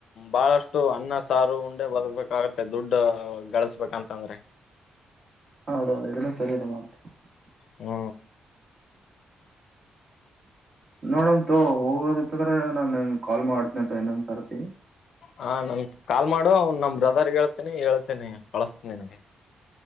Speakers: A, on the left; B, on the right.
A: ಬಹಳಷ್ಟು ಅನ್ನ ಸಾರು ಉಂಡೆ ಬದಬೇಕಾಗತ್ತೆ ದುಡ್ಡು ಗಳಿಸಬೇಕಂತಂದ್ರೆ
B: ಹೌದೌದು ಇದಲ್ಲ ಸರಿದೆ ಮತ್ <unintelligible>
A: ಹ್ಮ
B: ನೋಡಂತು ಹೋಗೋದತ್ತಂದ್ರೆ ನಾನನ್ ಕಾಲ್ ಮಾಡ್ತನನೆ ಅಂತ ಇನ್ನೊಂದ್ ಸರ್ತಿ
A: ಹಾ ನನ್ ಕಾಲ್ ಮಾಡು ಅವ್ನ್ ನಮ ಬ್ರದರ್ ಹೇಳ್ತೀನಿ ಹೇಳ್ತೇನಿ ಕಳಸ್ತಿ ನನ್ಗೆ